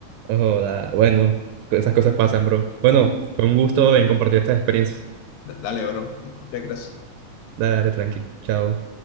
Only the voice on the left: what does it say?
Dale, bro. Muchas gracias.